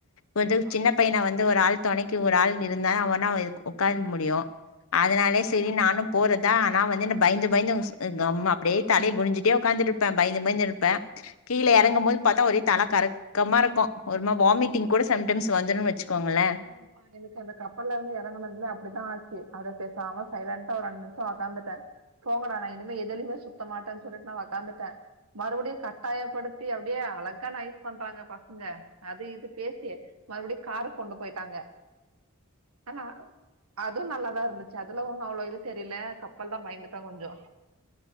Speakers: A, on the left; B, on the right.
A: ஒர்துல்
B: ஆமா
A: சின்ன பைய்ன வந்து ஒரு ஆள் தொணைக்கி ஒரு ஆள் இருந்தே அவனாய்ள் உக்கார முடியு அதனாலே சரி நானு போறத்தா ஆனா வந்து இந்த பயந்து பயந்து உஸ்ரு எங்கம்மா அப்புடே தலே குனிஞ்சுட்டே உக்காந்துருப்பே பய்ந்து பய்ந்துருப்பே கீழ யறங்கும் போது பாத்தா ஒரே தல கரக் கமாருக்கு ஒருமா வாமிட்டிங் கூட சம்டம்ஸ் வந்துரு வச்சுக்கோங்களே
B: நம்ப்பாய் எனக்கு அந்த கப்பல்லருந்து யறங்குனத்மே அப்படிதா ஆச்சி அத பேசாம சைலண்டா ஒரு ரெண் நிம்ஸோ வக்காந்துட்டே போங்கடா நா இனிமே எதுலயுமே சுத்த மாட்டேன்னு சொல்லிட்டு நா உக்காந்துட்டே மறுபடியு கட்டாயப்படுத்தி அப்டியே அழகா நைஸ் பண்றாங்க பசங்க அது இது பேசி மறுபடியு காருக் கொண்டு போயிட்டாங்க ஆனா அது நல்லாதா இருந்துச்சு அதுல ஒண்ணு அவ்ளோ இது தெரில கப்பல் தா பயந்துட்ட கொஞ்சோ